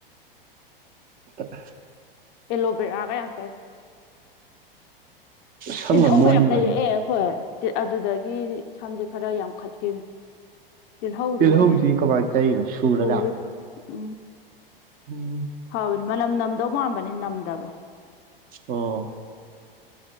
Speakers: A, on the right (about 30°); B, on the left (about 35°).
A: ꯃꯨꯠꯊꯠꯂꯦ
B: ꯑꯦꯂꯣꯕꯦꯔꯥꯒ ꯌꯥꯝ ꯇꯩꯏ
A: ꯁꯝꯒ
B: ꯇꯤꯜꯍꯧꯒ
A: ꯃꯣꯟꯕꯅꯤ
B: ꯌꯥꯝ ꯇꯩꯔꯛꯑꯦ ꯑꯈꯣꯏ ꯑꯗꯨꯗꯒꯤ ꯁꯝꯁꯦ ꯈꯔ ꯌꯥꯝꯈꯠꯈꯤꯕ ꯇꯤꯜꯍꯧꯗꯨꯅ
A: ꯇꯤꯜꯍꯧꯗꯤ
B: ꯁꯨ
A: ꯀꯃꯥꯏꯅ ꯇꯩꯔꯤꯕ ꯁꯨꯔꯒ
B: ꯁꯨꯔ ꯎꯝ
A: ꯎꯝ
B: ꯐꯕꯅꯤ ꯃꯅꯝ ꯅꯝꯗꯧ ꯃꯥꯟꯕꯅꯦ ꯅꯝꯗꯕ
A: ꯑꯣ